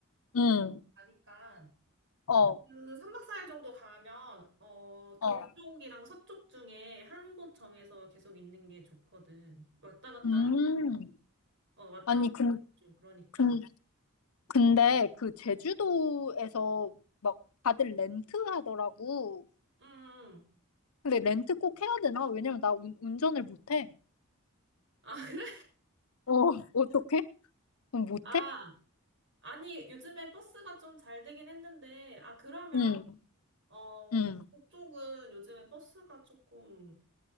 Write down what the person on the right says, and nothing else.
하니까.
그 3박 4일 정도 가면, 어, 동쪽이랑
서쪽 중에 한 곳 정해서 계속 있는 게 좋거든. 왔다 갔다.
하면. 어, 왔다
갔다
좀 그러니까.
응 응. 응.
아, <laughs> 그래?
아, 아니, 요즘에 버스가 좀 잘 되긴 했는데, 아, 그러면,
어,
동쪽은 요즘에 버스가 조금,